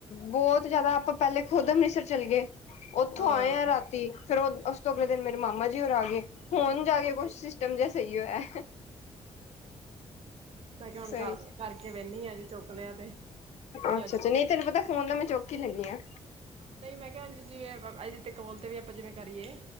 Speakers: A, on the left (about 70°); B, on the right (about 55°).
A: ਬੋਤ ਜਾਦਾ ਆਪਾਂ ਪੈਲੇ ਖੁਦ ਅੰਮ੍ਰਿਤਸਰ ਚਲੇ ਗਏ ਓਥੋਂ
B: ਹਾਂ
A: ਆਏ ਆ ਰਾਤੀ। ਫੇਰ ਓ ਓਸ ਤੋਂ ਅਗਲੇ ਦਿਨ ਮੇਰੇ ਮਾਮਾ ਜੀ ਹੋਰ ਆ ਗਏ। ਹੋਣ ਜਾ ਗਏ ਕੁਛ ਸਿਸਟਮ ਜਿਆ ਸਈ ਹੋਇਆ।
B: ਹਾਂ। ਮੈਂ ਕਿਆ ਹੁਣ
A: ਸਹੀ।
B: ਕਰ ਕਰਕੇ ਵੇਨੀ ਆ ਜੇ ਚੁੱਕ ਲਿਆ ਤੇ ਵੀ
A: ਅੱਛਾ-ਅੱਛਾ
B: ਅੱਜ।
A: ਨਹੀਂ ਤੈਨੂੰ ਪਤਾ ਫੋਨ ਨਾ ਮੈਂ ਚੁੱਕ ਹੀ ਲੈਂਨੀ ਹਾਂ।
B: ਨਹੀਂ ਮੈਂ ਕਿਹਾ ਜਿਵੇਂ ਅਜੇ ਤਕ ਕੋਲ ਤੇ ਵੀ ਆਪਾਂ ਜਿਵੇਂ ਕਰੀਏ।